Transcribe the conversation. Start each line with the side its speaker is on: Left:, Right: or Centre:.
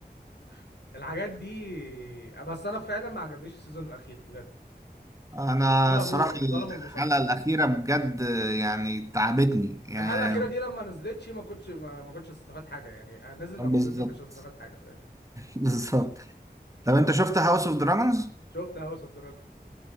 Left: <laughs> الحاجات دي بس انا فعلا ما عجبنيش السيزون الاخير بجد
Right: انا
Left: ظلموه
Right: الصراحة
Left: ظلموا المسلسل
Right: الحلقة الأخيرة بجد يعني تعبتني يعني
Left: الحلقه الاخيره دي لما نزلتش ما كنتش ما, ما كنتش استفاد حاجه يعني آه، نزلت
Right: بالظبط
Left: او ما نزلتش ما كنتش استفاد حاجه فاهم <laughs>
Right: بالظبط طب انت شفت هاوس اوف دراجونز؟
Left: شفت هاوس اوف دراجونز